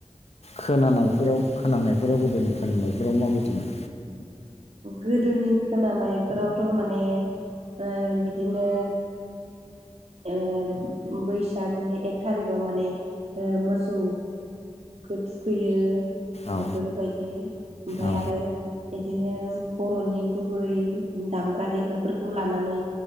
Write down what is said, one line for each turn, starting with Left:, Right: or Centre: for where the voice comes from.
Left: खोनानायफोराव खोनानायफोराव गोदोनि खोनानायफोराव माबायदिमोन
Right: गोदोनि खोनानायफोरावथ' माने ओ बि दिनो ओ बैसागनि एक थारिगाव माने मोसौ खो थुखैयो
Left: औ
Right: बेफोरबायदि ओमफाय
Left: औ
Right: आरो बिदिनो बर'नि गुबै दामग्रा देग्राफोरखौ लानानै